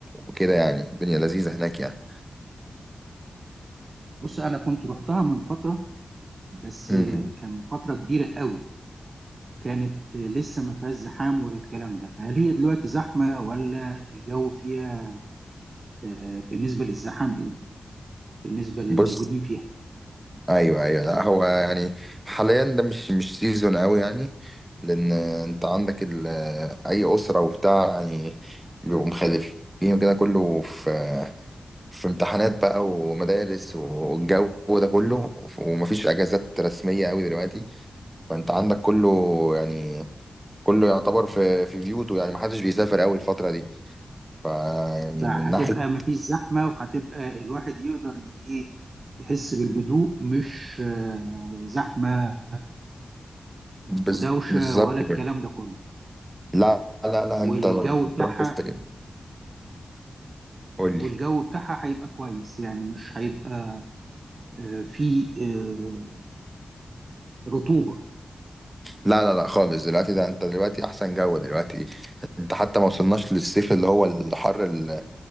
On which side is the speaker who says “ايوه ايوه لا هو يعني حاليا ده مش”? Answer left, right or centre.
Right